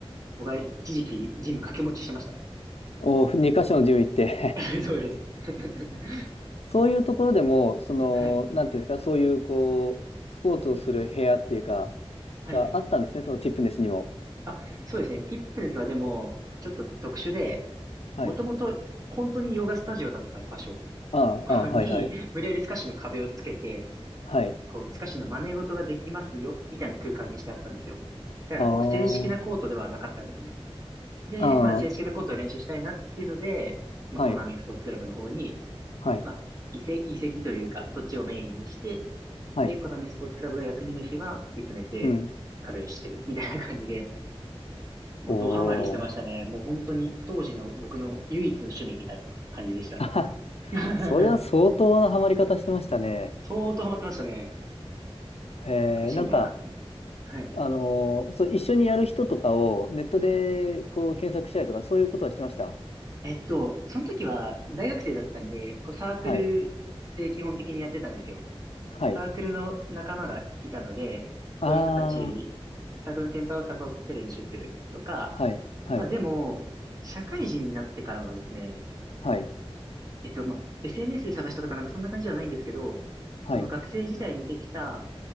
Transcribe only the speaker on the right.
僕は一時期ジム掛け持ちしてました。
<laughs> そうです。<laughs>
はい。
はいはいはい。
あ、そうですね。ティップンスはでも、ちょっと特殊で、
もともと本当にヨガスタジオだった場所
<laughs>
に、
無理やりスカッシュの壁をつけて、
こう、スカッシュの真似事ができますよ、みたいな空間にしてあったんですよ。だからこう、
正式なコートではなかったんですね。で、
まあ、正式なコートを練習したいなっていうので、まあ、
コナミスポーツクラブの方に、
まあ、移籍、移籍というか、そっちをメインにして、
で、このみスポーツクラブが休みの日は、ティップネスで壁打ちしてる、
みたいな感じで、もうドハマりしてましたね。
もう本当に当時の僕の唯一の趣味みたいな感じでした。
<laughs>
相当ハマってましたね。
いや懐かしいな。
はい。
えっと、その時は大学生だったんで、こうサークルで基本的にやってたんですよ。
サークルの仲間がいたので、
そういう人たち、サークルの先輩を誘って練習するとか、
まあでも、社会人になってからはですね、
えっと、まあ、SNS で探したとかなんかそんな感じではないんですけど、
その学生時代にできた、